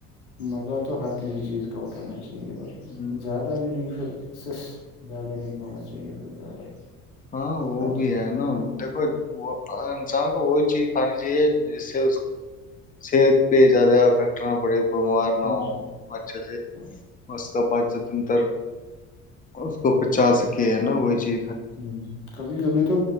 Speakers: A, on the left; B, on the left.
A: مزہ تو ہر کسی چیز کا اٹھانا چاہیے چے
B: ہوں،
A: ب زیادہ بھی نہیں پھر سس زیادہ نہیں ہونا چاہیے پھر زیادہ
B: ہاں وہ
A: ہر
B: بھی ہے نا دیکھو وہ سا کو ہوچے ھانی چاہیے جس سے صحت پہ زیادہ افیکٹ کرنا پڑے گ بیمار
A: چیز
B: نہ ہو
A: جی
B: اچھے سے
A: ہ
B: اس کا پانچ س تنتر اس کو پچا سک کہ نا وہ چی
A: ہ کبھی کبھی تو